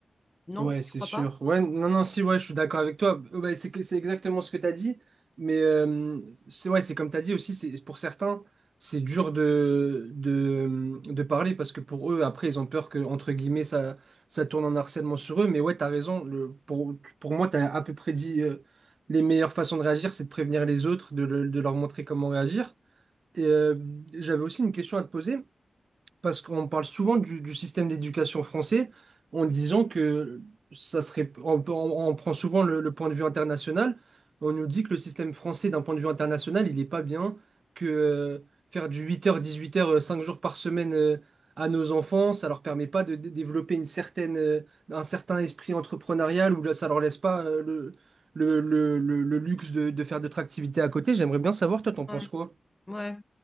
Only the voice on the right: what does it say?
Ouais, c'est
sûr.
Ouais, non, non, si, ouais, je suis d'accord avec toi. Euh, ouais, c'est que- c'est exactement ce que tu as dit. Mais euh, c'est ouais, c'est comme tu as dit aussi, c'est pour certains, c'est dur de, de, de parler parce que pour eux, après, ils ont peur que, entre guillemets, ça, ça tourne en harcèlement sur eux. Mais ouais, tu as raison. Le, pour, pour moi, tu as à peu près dit euh, les meilleures façons de réagir, c'est de prévenir les autres, de le- de leur montrer comment réagir. Et, euh, j'avais aussi une question à te poser, parce qu'on parle souvent du, du système d'éducation français en disant que ça serait. On, on- on prend souvent le, le point de vue international. On nous dit que le système français, d'un point de vue international, il n'est pas bien, que euh, faire du huit heures dix-huit heures euh, 5 jours par semaine euh, à nos enfants, ça leur permet pas de, dé- développer une certaine, euh, un certain esprit entrepreneurial ou là, ça leur laisse pas euh, le, le, le, le- le luxe de, de faire d'autres activités à côté. J'aimerais bien savoir, toi, t'en penses
quoi?